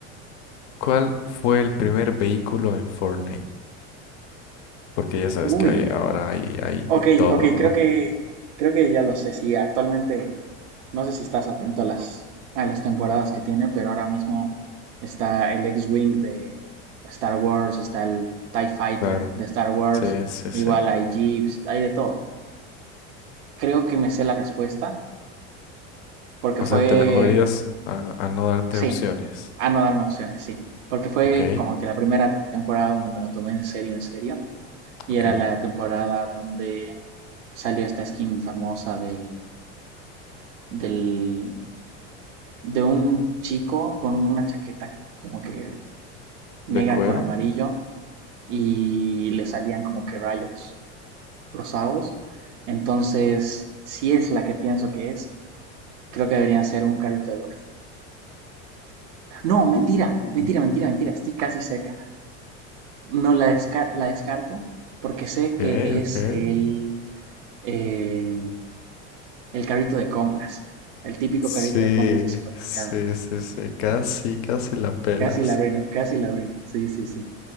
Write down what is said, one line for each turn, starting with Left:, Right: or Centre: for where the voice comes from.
Left: ¿cuál fue el primer vehículo en Fortnite? Porque ya sabes
Right: Uy,
Left: que hay, ahora hay, hay
Right: Ok,
Left: de todo,
Right: ok,
Left: ¿no?
Right: creo que creo que ya lo sé. Sí, actualmente no sé si estás atento a las a las temporadas que tiene, pero ahora mismo está el X-Wing de Star Wars, está el TIE Fighter
Left: Claro.
Right: de Star Wars,
Left: Sí, sí,
Right: igual
Left: sí.
Right: hay Jeeps, hay de todo. Creo que me sé la respuesta porque
Left: O
Right: fue,
Left: sea, te la jugarías a, a no darte
Right: sí,
Left: opciones.
Right: a no darme opciones, sí, porque fue
Left: Ok,
Right: como que la primera temporada donde me lo tomé en serio, en serio, y
Left: ok.
Right: era la temporada donde salió esta skin famosa del del de un chico con una chaqueta como que negra
Left: De cuero.
Right: con amarillo y le salían como que rayos rosados. Entonces, si es la que pienso que es, creo que deberían ser un carrito de golf. No, mentira,
Left: Uh.
Right: mentira, mentira, mentira, estoy casi cerca. No la, desca- la descarto porque sé que
Left: Ok,
Right: es
Left: ok.
Right: el, eh, el carrito de compras, el típico
Left: Sí,
Right: carrito de compras de supermercado.
Left: sí, sí, sí. Casi, casi la pelas.
Right: Casi la arruino, casi la arruino. Sí, sí, sí.